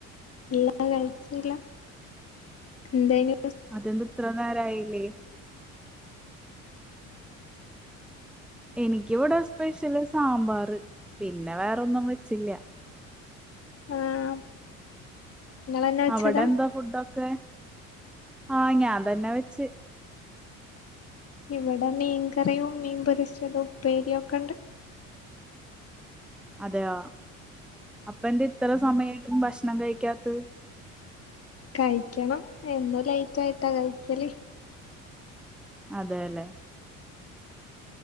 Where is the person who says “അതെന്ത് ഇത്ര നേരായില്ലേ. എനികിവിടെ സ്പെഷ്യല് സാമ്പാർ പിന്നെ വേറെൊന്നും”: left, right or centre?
Centre